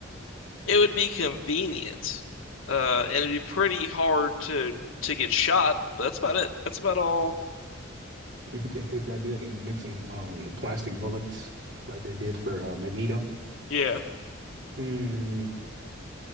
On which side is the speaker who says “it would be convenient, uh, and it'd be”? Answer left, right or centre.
Left